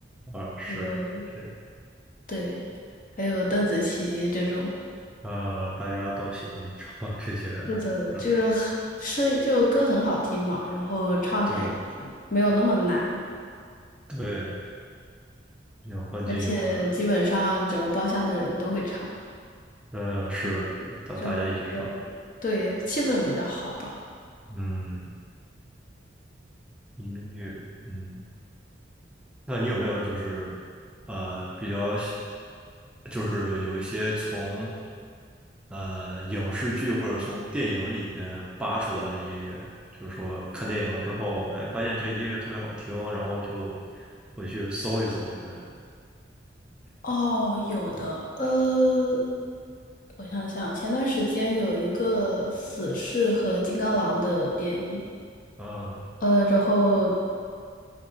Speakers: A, in the centre; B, on the left.
A: 啊，是这
B: 还有对，还有邓紫棋这种。
A: 呃，大家都喜欢唱 <laughs> 这些人的歌，
B: 是的，就是声是就歌很好听嘛，然后唱起来也
A: 对
B: 没有那么难，
A: 对，比较万金油的感觉。
B: 而且基本上整个包厢的人都会唱，
A: 呃，是大大家一起唱，
B: 嗯，这样就对气氛比较好吧。
A: 嗯，音乐，嗯，那你有没有就是呃比较喜。就是有一些从呃影视剧或者从电影里面扒出来的音乐，就是说看电影之后，哎，发现这个音乐特别好听，然后就回去搜一搜之类的。
B: 哦，有的，
A: 嗯
B: 呃，我想想，前段时间有一个死侍和金刚狼的电影，
A: 嗯
B: 呃，然后